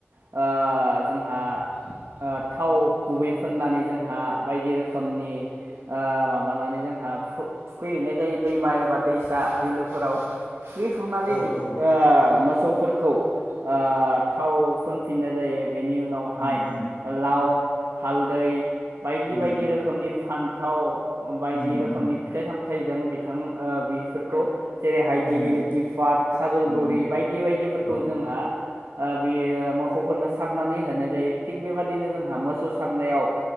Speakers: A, on the right; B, on the left.
A: आ जोंहा ओ थाव गुबै फुननानै जोंहा बायदि रोखोमनि आ माबानानै जोंहा फु थुखैहैनाय जायो दैमा एबा दैसा बिलोफोराव थुखैखांनानै
B: औ
A: बि
B: औ
A: ओ मोसौफोरखौ ओ थाव फुनफिननाय जायो बेनि उनावहाय
B: उम उम
A: लाव हालदै बायदि
B: उम
A: बायदि रोखोमनि फान्थाव बायदि
B: उम
A: रोखोमनि
B: उम
A: फिथाइ साम थायजों बिथां ओ बिफोरखौ जेरैहाय
B: उम
A: दिगिलिटि फाट खाजलगुरि
B: उम
A: बायदि बायदिफोरखौ
B: औ
A: जोंहा आ बियो मोसौफोरनो सारनानै होनाय जायो थिग बेबादिनो जोंहा मोसौ सारनायाव